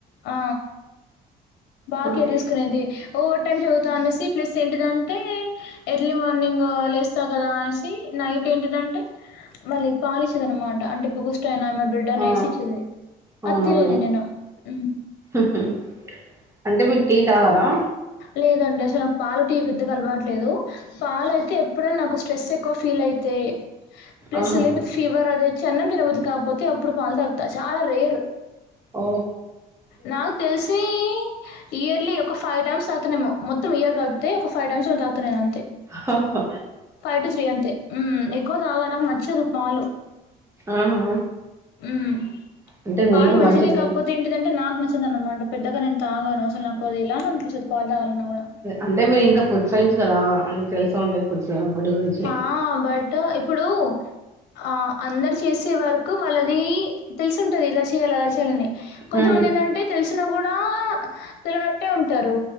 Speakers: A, on the left; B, on the right.
A: ఆ బాగ
B: అవును
A: కేర్ తీసుకునేది ఓవర్ టైమ్ చదువుతా అనేసి ప్లస్ ఏంటి దా
B: <inaudible>
A: ఎర్లీ మార్నింగ్ లేస్తా గదా అనేసి నైట్ ఏంటిదంటే మళ్ళీ పాలిచ్చేది అన్నమాట అంటే బూస్ట్ అయినా ఏమన్నా బెడ్ అయినా
B: ఆ
A: యేసి ఇచ్చేది
B: అవునవును
A: అది తినేది నేను. హ్మ్.
B: హుహూ అంటే మీరు టీ తాగరా
A: లేదండి అసలు నాకు పాలు టీ పెద్దగా అలవాటు లేదు పాలైతే ఎప్పుడైనా నాకు స్ట్రెస్ ఎక్కువ ఫీల్ అయితే ప్లేస్
B: ఆహా
A: లేకపోతే ఫీవర్ అదై చన్నం తినబుద్ది కాకపోతే అప్పుడు పాలు తాగుతా చాలా రేరు
B: ఆ
A: నాకు తెలిసి ఇయర్లీ ఒక ఫైవ్ టైమ్స్ తాగుతన్నేమో మొత్తం ఇయర్ కలిపితే ఒక ఫైవ్ టైమ్ కసింటట్ దాగుతున్నానంతే
B: హా హా
A: ఫైవ్ టు త్రీ అంతే ఉమ్ ఎక్కువ తాగడం నచ్చదు పాలు
B: ఆహా
A: ఉమ్
B: అంటే
A: పాలు
B: మిల్క్
A: మంచిదే
B: మంచిది
A: కాకపోతే ఏంటిదంటే నాకు నచ్చ దన్నమాట పెద్దగా నేను తాగాను అసలు నాకు అది ఎలా అనిపిస్తది పాలు తాగాలన్నా గూడా.
B: అంటే మీరు ఇంకా ఫుడ్ సైన్స్ కదా అని తెలిసే ఉంటాయ్ ఫుడ్స్ ఫుడ్ గురించి
A: హ బట్ ఇప్పుడు ఆ అందరు చేసే వరకు వాళ్ళది తెలిసు ఉంటది ఇలా చేయాలని
B: హ్మ్
A: కొంతమంది ఏందంటే తెలిసినా కూడా తెలివనట్టే ఉంటారు